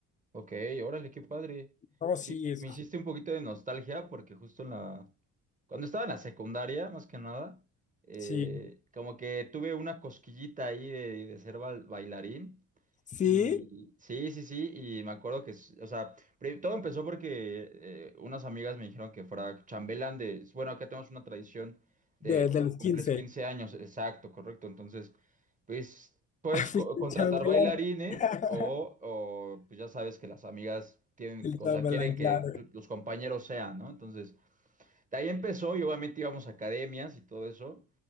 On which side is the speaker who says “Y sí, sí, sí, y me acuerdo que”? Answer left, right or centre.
Right